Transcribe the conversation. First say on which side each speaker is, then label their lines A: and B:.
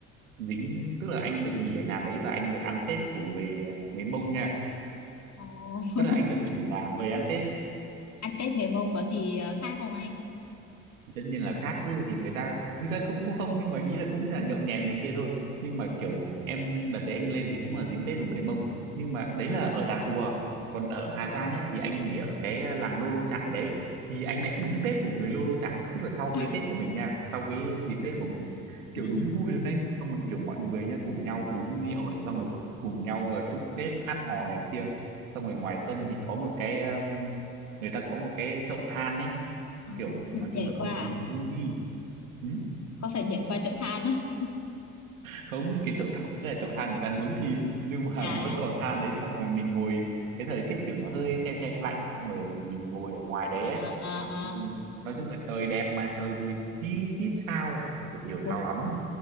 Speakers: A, on the right; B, on the left.
A: dính tức là anh được nghỉ ở nhà đấy và anh được ăn Tết của người ờ, người Mông nha
B: Ồ, <laughs>
A: tức là anh được chủ nhà mời ăn Tết
B: ăn Tết người Mông có gì ờ, khác không anh?
A: tất nhiên là khác chứ thì người ta thực ra cũng cũng không nhưng mà ý là cũng là nhậu nhẹt này kia thôi nhưng mà kiểu em đợt đấy anh lên thì cũng là dính Tết của người Mông nhưng mà đấy
B: Ừ.
A: là ở Tà Xùa còn ở Hà
B: Ồ,
A: Giang ấy thì anh nghỉ ở cái à, làng Lô Lô Chải đấy thì anh lại đúng Tết của người Lô Lô Chải tức là sau
B: <laughs>
A: cái Tết của mình nha sau cái dịp Tết của mình kiểu
B: ừ.
A: đúng vui luôn đấy xong rồi kiểu mọi người nha cùng nhau uống rượu này xong rồi cùng nhau ờ, chúc Tết hát hò này kia xong rồi ngoài sân thì có một cái um, người ta có một cái chậu than ấy
B: Ồ,
A: kiểu nói
B: nhảy
A: chung là không
B: qua à?
A: khí vui ừ.
B: Có phải nhảy qua chậu than không? <laughs>
A: không cái chậu than đấy là chậu than người ta nướng thịt <laughs> nhưng mà
B: À,
A: vẫn còn than đấy xong rồi mình ngồi cái thời tiết kiểu nó hơi se se lạnh xong rồi mình ngồi ở ngoài đấy
B: à,
A: ấy.
B: à,
A: Ừ,
B: à. à.
A: nói chung là trời đẹp mà trời thì chi chít sao được nhiều sao
B: Ui.
A: lắm